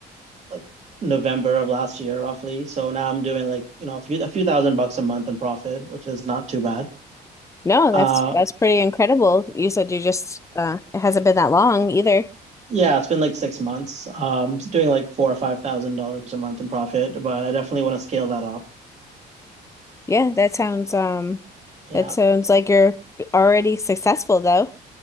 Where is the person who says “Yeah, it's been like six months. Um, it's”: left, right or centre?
Right